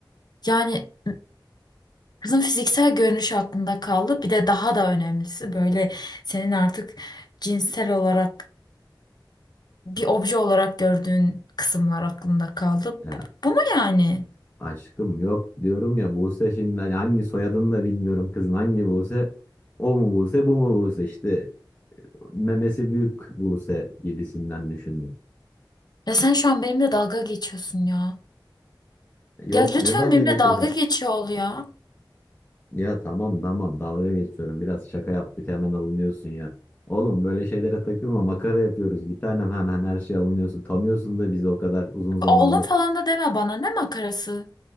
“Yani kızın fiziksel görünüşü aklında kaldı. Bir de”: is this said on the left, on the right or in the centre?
Left